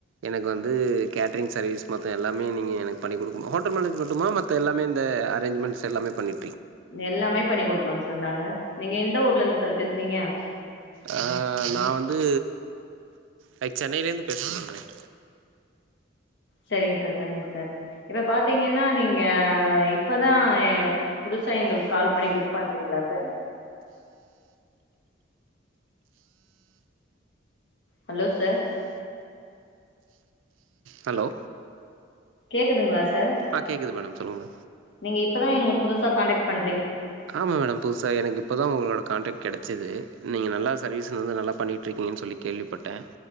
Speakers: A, on the right; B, on the left.
A: எனக்கு வந்து கேட்ரிங் சர்வீஸ் மத்த எல்லாமே நீங்கள் எனக்கு பண்ணி குடுக்குனும் ஹோட்டல் மேனேஜ் மட்டுமா மத்த எல்லாமே இந்த அரேஞ்மண்ட்ஸ் எல்லாமே பண்ணி
B: எல்லாமே பண்ணி குடுப்போங்க சார் நாங்க நீங்க எந்த ஊர்ல இருந்து சார் பேசுறீங்க
A: ஆ நான் வந்து லைக் சென்னையிலேருந்து பேசுறேன் மேடம் நானு
B: சரிங்க சார் சரிங்க சார் இப்ப பாத்தீங்கன்னா நீங்க இப்பதா ஏ புதுசா எங்களுக்கு கால் பண்ணி புக் பண்றீங்களா சார் ஹலோ சார்
A: ஹலோ
B: கேக்குதுங்களா ஸ்
A: ஆ கேக்குது மேடம் சொல்லுங்க
B: நீங்க இப்பதா எங்களுக்கு புதுசா கான்டக்ட் பண்
A: ஆமா மேடம் புதுசா எனக்கு இப்பதா உங்களோட கான்டக்ட் கெடச்சது நீங்க நல்லா சர்வீஸ்லருந்து நல்லா பண்ணிகிட்டு இருக்கீங்கன்னு சொல்லி கேள்விப்பட்டே